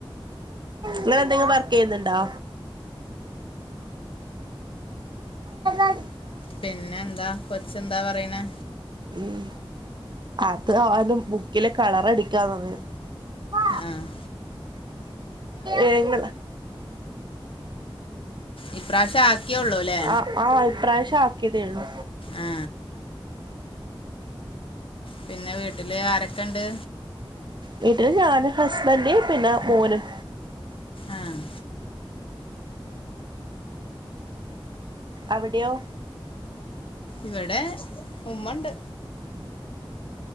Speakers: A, on the right; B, on the left.
A: നിങ്ങളെന്തെങ്കിലും വർക്ക് ചെയ്യുന്നുണ്ടോ? <unintelligible>
B: പിന്നെന്താ? കൊച്ചെന്താ പറയണെ?
A: ഉം അതു ഓനും ബുക്കിലെ കളർ അടിക്കാ തോന്ന് ണ്
B: ആഹ്
A: ഏഹ്
B: ഇപ്രാവശ്യം ആക്കിയുള്ളൂ അല്ലേ
A: ആഹ് ആഹ് ഈ പ്രാവശ്യം ആക്കിയതേയുള്ളൂ.
B: ആ പിന്നെ വീട്ടില് ആരൊക്കെ ഇണ്ട്?
A: വീട്ടില് ഞാന് ഹസ്ബന്റ് പിന്നെ മോനും.
B: ആഹ്
A: അവിടെയോ?
B: ഇവിടെ ഉമ്മണ്ട്